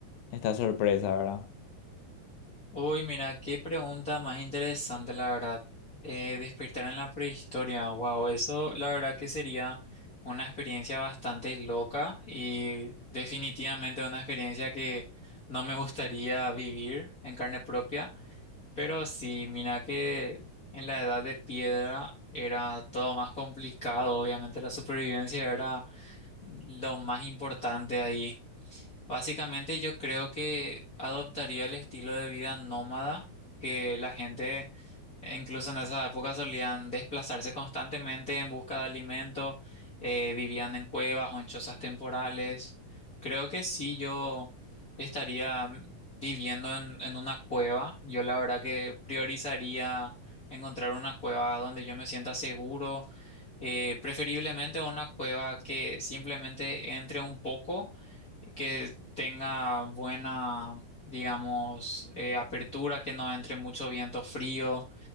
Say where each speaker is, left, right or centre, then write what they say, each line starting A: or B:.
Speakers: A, on the left (about 85°); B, on the left (about 35°).
A: esta sorpresa, ¿verdad?
B: Uy, mira, qué pregunta más interesante, la verdad. Eh, despertar en la prehistoria, wow, eso la verdad que sería una experiencia bastante loca y definitivamente una experiencia que no me gustaría vivir en carne propia. Pero sí, mira que en la edad de piedra era todo más complicado, obviamente la supervivencia era lo más importante ahí. Básicamente yo creo que adoptaría el estilo de vida nómada que la gente eh, incluso en esa época solían desplazarse constantemente en busca de alimento, eh, vivían en cuevas o en chozas temporales. Creo que sí, yo estaría mm, viviendo en, en una cueva. Yo la verdad que priorizaría encontrar una cueva donde yo me sienta seguro, eh, preferiblemente una cueva que simplemente entre un poco que tenga buena, digamos, eh, apertura, que no entre mucho viento frío,